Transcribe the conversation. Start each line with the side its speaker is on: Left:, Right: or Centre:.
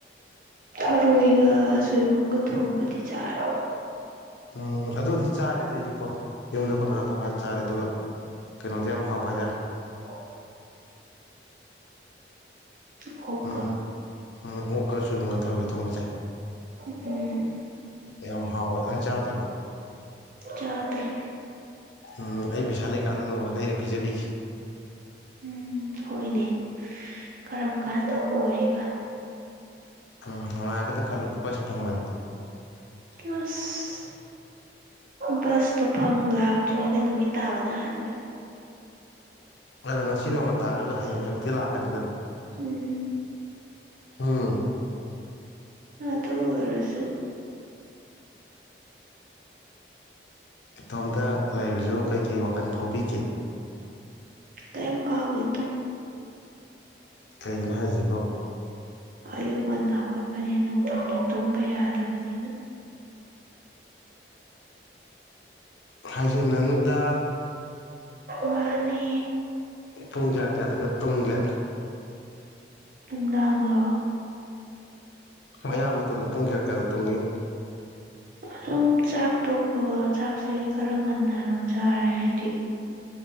Right: ꯊꯔꯣꯏꯒ ꯁꯣꯏꯕꯨꯝꯒ ꯊꯣꯡꯕꯗꯤ ꯆꯥꯔꯦ
Left: ꯎꯝ ꯑꯗꯨꯗꯤ ꯆꯥꯔꯦꯗ ꯑꯩꯁꯨꯀꯣ ꯌꯨꯝꯗ ꯑꯩꯈꯣꯏ ꯃꯅ ꯊꯣꯡꯀꯥꯟꯗ ꯆꯥꯔꯦ ꯑꯗꯨꯒ ꯀꯩꯅꯣꯗꯤ ꯌꯥꯝ ꯍꯥꯎꯕ ꯍꯥꯏꯇꯥꯔꯦ
Right: <unintelligible> ꯑꯣꯀ
Left: ꯎꯝ ꯎꯝ ꯑꯣꯀ ꯁꯣꯏꯕꯨꯝꯒꯊꯧꯔꯒ ꯊꯣꯡꯉꯆꯥꯏ
Right: ꯎꯝ
Left: ꯌꯥꯝ ꯍꯥꯎꯋꯦ ꯅꯪ ꯆꯥꯗ꯭ꯔꯤꯕ
Right: ꯆꯥꯗ꯭ꯔꯤ
Left: ꯎꯝ ꯑꯩ ꯄꯩꯁꯥ ꯂꯩꯀꯥꯟꯗ ꯅꯣꯡꯃ ꯂꯩꯔ ꯄꯤꯖꯕꯤꯈꯤ
Right: ꯎꯝ ꯍꯣꯏꯅꯦ ꯀꯔꯝ ꯀꯥꯟꯗꯕꯨ ꯑꯣꯏꯔꯤꯕ
Left: ꯎꯝ ꯍꯥꯏꯕꯗꯤ ꯈꯜꯂꯨ ꯁ ꯐꯪꯕꯅꯤ
Right: ꯀ꯭ꯂꯥꯁ ꯕꯁꯇꯣ ꯐꯪ ꯂꯥꯛꯇ꯭ꯔꯤꯉꯩꯗ ꯅꯨꯃꯤꯠ ꯇꯥꯕꯅ ꯍꯥꯟꯅꯒ
Left: ꯑꯗꯣ ꯉꯁꯤ ꯅꯣꯡꯃ ꯇꯥꯔꯒꯁꯨ ꯍꯌꯦꯡꯛꯦ ꯂꯥꯛꯀꯅꯤ ꯀ
Right: ꯎꯝ
Left: ꯎꯝ
Right: ꯑ ꯇ ꯑꯣꯏꯔꯁꯨ
Left: ꯏꯇꯣꯝꯇ ꯂꯩꯔꯕꯁꯨ ꯀꯩꯀꯩ ꯋꯥꯈꯜ ꯐꯥꯎꯕꯤꯒꯦ
Right: ꯇ ꯐꯥꯎꯦ
Left: ꯀꯩꯒꯤꯅꯣ ꯍꯥꯏꯁꯤꯕꯣ
Right: ꯑꯌꯨꯛ ꯉꯟꯅ ꯍꯧꯒꯠꯄꯅꯤ ꯅꯨꯡꯊꯤꯟꯗ ꯇꯨꯝꯕ ꯌꯥꯗꯕꯅꯤꯅ
Left: ꯍꯥꯏꯁꯦ ꯅꯅꯨꯗ
Right: ꯃꯥꯅꯦ
Left: ꯄꯨꯡ ꯀꯌꯥ ꯀꯌꯥꯗꯒ ꯇꯨꯡꯒꯦ
Right: ꯇꯨꯡꯗꯒꯣ
Left: ꯑꯌꯥꯝꯕ ꯃꯇꯝꯗ ꯄꯨꯡ ꯀꯌꯥ ꯀꯌꯥꯗ ꯇꯨꯡꯏ
Right: ꯑꯗꯨꯝ ꯆꯥꯛ ꯇꯣꯛꯄꯒ ꯆꯥꯛꯁꯦ ꯈꯔ ꯉꯟꯅ ꯑꯗꯨꯝ ꯆꯥꯔꯦ ꯍꯥꯏꯗꯤ